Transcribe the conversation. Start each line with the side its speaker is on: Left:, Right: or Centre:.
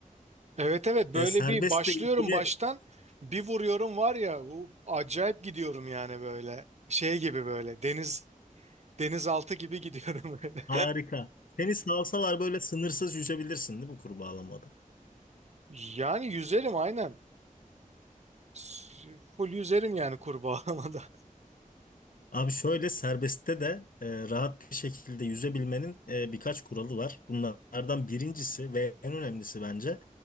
Right: Evet evet böyle
Left: E, serbestle
Right: bir başlıyorum
Left: ilgili
Right: baştan bir vuruyorum var ya o acayip gidiyorum yani böyle şey gibi böyle deniz denizaltı gibi gidiyorum <laughs> böyle.
Left: harika. Seni salsalar böyle sınırsız yüzebilirsin değil mi kurbağalamada?
Right: Yani yüzerim aynen. S- Full yüzerim yani kurbağalamada.
Left: Abi şöyle serbestte de e, rahat bir şekilde yüzebilmenin e, birkaç kuralı var. Bunlardan birincisi ve en önemlisi bence